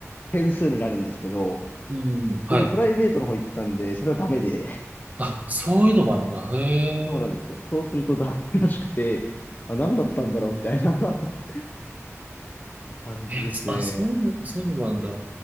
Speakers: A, on the left; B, on the right.
A: 点数になるんですけど、
B: うん、はい。
A: 僕、プライベートの方行ってたんで、それはダメで、
B: あ、そういうのもあるんだ。へえ。
A: そうなんですよ。そうするとダメらしくて、あ、何だったんだろうみたいな <laughs> 感じですね。
B: えー、そあ、そういうの、そういうのもあるんだ。